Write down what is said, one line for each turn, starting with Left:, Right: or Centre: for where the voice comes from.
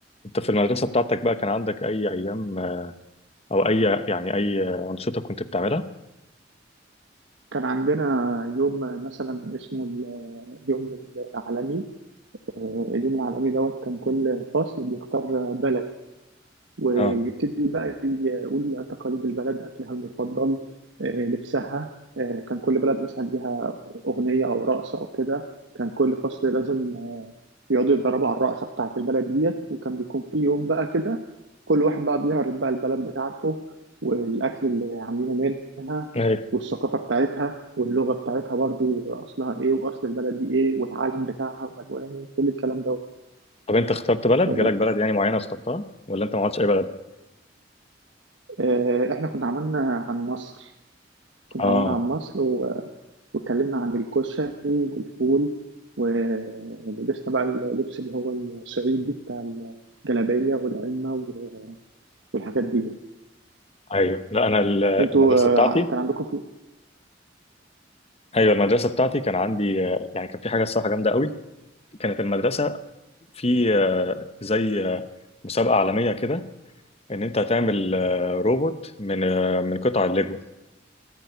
Left: انت في المدرسة بتاعتك بقى كان عندك اي ايام او اي يعني اي انشطة كنت بتعملها؟
Right: كان عندنا يوم مثلا اسمه ال- اليوم العالمي اليوم العالمي دوت كان كل فصل بيختار بلد ويبتدي
Left: اه
Right: بقى يقول تقاليد البلد أكلها المفضل آه، لبسها آه، كان كل بلد مثلا ليها أغنية أو رقصة أو كده كان كل فصل لازم آه، بيقعدوا يتدربوا على الرقصة بتاعة البلد ديت وكان بيكون في يوم بقى كده كل واحد بقى بيعرض بقى البلد بتاعته والأكل اللي عاملينه منها
Left: ايوه
Right: والثقافة بتاعتها واللغة بتاعتها برضو أصلها إيه وأصل البلد دي إيه والعالم بتاعها وألوانه وكل الكلام ده
Left: طب انت اخترت بلد؟
Right: آه،
Left: جالك بلد يعني معينة واخترتها؟ ولا انت ما عملتش اي بلد؟
Right: آه، إحنا كنا عملنا عن مصر كنا
Left: اه
Right: عملنا عن مصر و... واتكلمنا عن الكشري والفول ولبسنا بقى اللبس اللي هو الصعيدي بتاع الجلابية والعمة وال- والحاجات دي
Left: ايوه لا انا ال- المدرسة
Right: انتوا آه،
Left: بتاعتي
Right: ع- كان عندكم في
Left: ايوه المدرسة بتاعتي كان عندي آه، يعني كان في حاجة الصراحة جامدة قوي كانت المدرسة في آه، زي آه، مسابقة عالمية كده ان انت هتعمل آه، روبوت من آه، من قطع الليجو